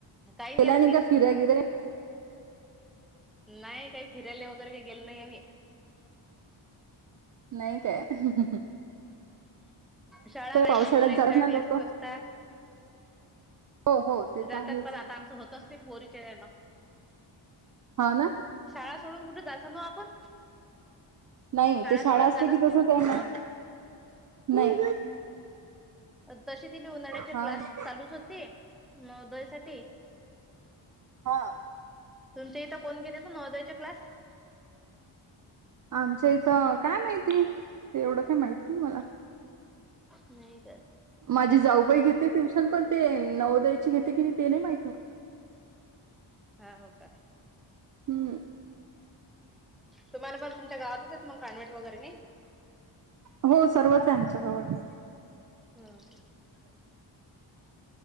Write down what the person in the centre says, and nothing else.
काही
आता
तीस
नाही काही फिरायले वगैरे, गेल नाही आम्ही.
शाळा राहते,
मुलांच्या
क्लासेस
असतात.
जातात
पण आता आमचं होतंच, ते पोरीचे वेळेला.
शाळा सोडून कुठे जायचा ना आपण.
सोडून
जाणच
नाही होत कुठं.
अ तशी तिने उन्हाळ्याचे
क्लास
चालूच होते. नवोदयसाठी.
तुमच्या इथं कोण घेते नवोदयच्या क्लास?
नाही काय
हा हो का.
तुम्हाला जर तुमच्या गावातच मग कान्वट वगैरे नाय.
ह.